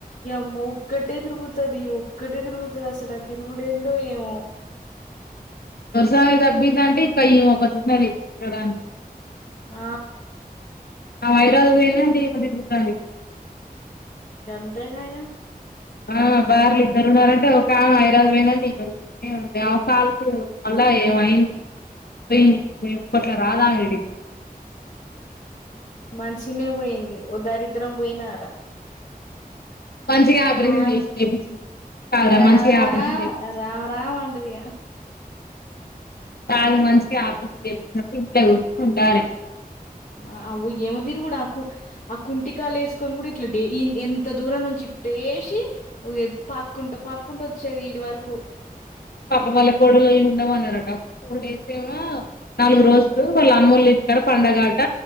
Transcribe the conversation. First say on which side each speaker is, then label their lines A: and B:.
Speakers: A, on the left; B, on the left.
A: ఏమ్మా ఒక్కటే తిరుగుతది ఒక్కటే తిరుగుతది అసలు ఆ తిరుగుడు ఏందో ఏమో
B: ఒసారి తగ్బిందంటే ఈమె ఒకతున్నది ఎక్కడానికి
A: ఆ
B: ఆ వైరాల్ పోయిన ఈమె తిరుగుతాంది
A: గంతేగ ఇగా
B: ఆ బార్లు ఇద్దరు ఉన్నారంటే ఒక ఆమె ఐరాజు పోయినంటే ఇంక్కొటి ఊ దేవసాలకు మళ్ళ ఏమయింది పోయి అట్ల రాదా ఆమెడి
A: మంచినే పోయింది ఓ దరిద్రం పోయిన అలా
B: మంచిగా ఆపరేషన్
A: రామ్
B: చేసి చేపించింది కాదురా
A: రామ
B: మంచిగా
A: రా
B: ఆపరేషన్ చేపించి
A: రామ రామ్ అంటదిగా
B: తాగు మంచిగ ఆపరేషన్ చేపించినప్పుడు ఇంట్లో కూర్చినె ఉండాలే
A: అ ఆఊ ఏమి తిరుగుడాకు ఆ కుంటికాలు వేసుకొని కూడా ఇట్లాండి ఈ ఎంత దూరం నుంచి ఇ ఐట్టేసి ఓజే పక్కుంట పక్కుంట వచ్చేది ఇది వరకు
B: పాపం వాల్ల కోడల్ ఉండమన్నారట ఫోర్ డేస్ ఏమో నాలుగు రోజులు వాళ్ళ అమ్మోళ్ల ఇంటికాడ పండగాట